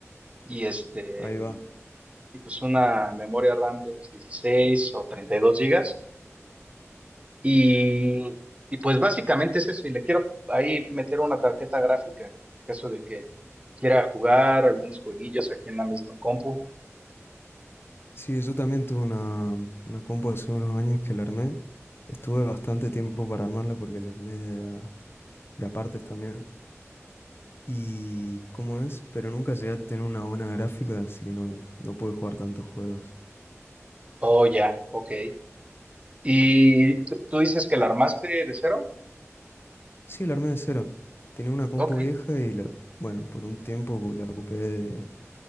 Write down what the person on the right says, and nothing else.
y este,
y pues una memoria RAM de unos 16 o 32 gigas Y, y pues básicamente es eso, y le quiero ahí meter una tarjeta gráfica, en caso de que quiera jugar algunos jueguillos aquí en la misma compu.
Oh, ya, ok. ¿Y tú, tú dices que la armaste de cero?
Ok,